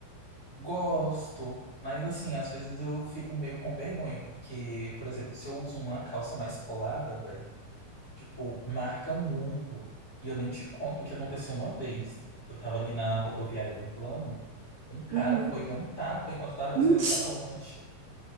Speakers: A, on the left; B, on the right.
A: gosto, mas assim, às vezes eu fico meio com vergonha, porque, por exemplo, se eu uso uma calça mais colada, velho, tipo, marca muito. E eu nem te conto o que aconteceu uma vez. Eu tava ali na rodoviária do plano, um cara
B: Uhum.
A: foi e deu um tapa enquanto eu tava descendo
B: <laughs> Mentira!
A: a escada rolante.